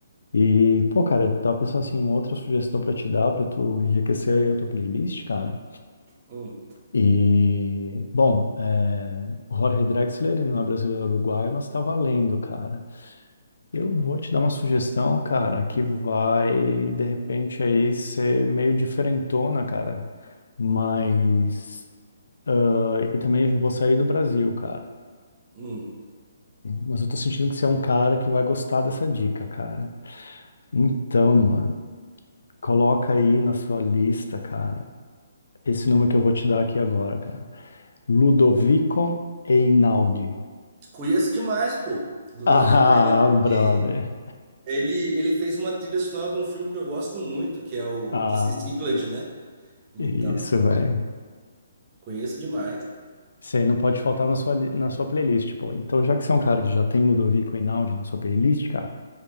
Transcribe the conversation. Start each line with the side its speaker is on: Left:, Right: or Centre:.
Left: E, pô, cara, tava pensando assim, outra sugestão para te dar, para tu enriquecer aí a tua playlist, cara.
Right: Hum,
Left: E, bom, é, o Jorge Drexler ele não é brasileiro, é uruguaio, mas tá valendo, cara. Eu vou te dar uma sugestão, cara, que vai, de repente, aí ser meio diferentona, cara. Mas. ah, E também eu vou sair do Brasil, cara.
Right: hum.
Left: Mas eu tô sentindo que você é um cara que vai gostar dessa dica, cara. Então, mano, coloca aí na sua lista, cara, esse nome que eu vou te dar aqui agora, cara. Ludovico Einaudi.
Right: Conheço demais, pô. Ludovico
Left: Ah,
Right: Einaudi,
Left: brother.
Right: ele, ele fez uma trilha sonora de um filme que eu gosto muito, que é o
Left: Ah,
Right: This is England, né? Então,
Left: isso, velho.
Right: conheço demais,
Left: Você não pode faltar na sua, li- na sua playlist, pô. Então, já que você é um cara que já tem Ludovico Einaudi na sua playlist, cara,